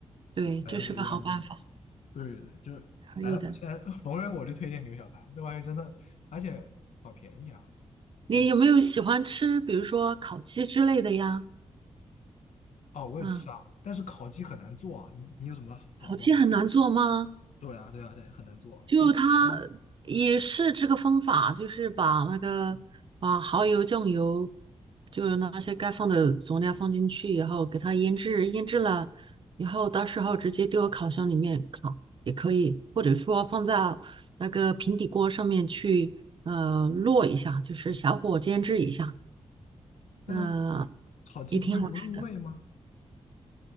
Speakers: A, on the right; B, on the left.
A: 对，
B: 对，反正我一般是这样搞。
A: 这是个好办法，
B: 对对对，就反正我现在
A: 可以的。
B: <laughs> 逢人我就推荐牛小排，这玩意真的，而且好便宜啊！
A: 你有没有喜欢吃，
B: 我不
A: 比如说烤鸡之类的呀？
B: 哦，我也吃啊，
A: 嗯，
B: 但是烤鸡很难做啊。你你有什么好办法？
A: 烤鸡很难做吗？
B: 对啊，对啊，对，很难做啊这嗯，
A: 就它也是这个方法，就是把那个把蚝油、酱油，就是那些该放的佐料放进去以后，给它腌制，腌制了以后，到时候直接丢到烤箱里面烤也可以，或者说放在那个平底锅上面去呃烙一下，就是小火煎制一下，
B: 但
A: 嗯、
B: 烤鸡不会不入味吗？
A: 也挺好吃的。